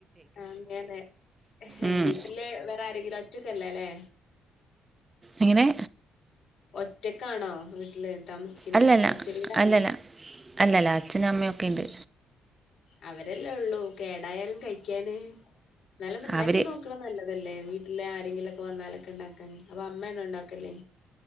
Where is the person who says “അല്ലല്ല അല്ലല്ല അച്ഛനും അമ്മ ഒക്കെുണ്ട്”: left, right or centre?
Right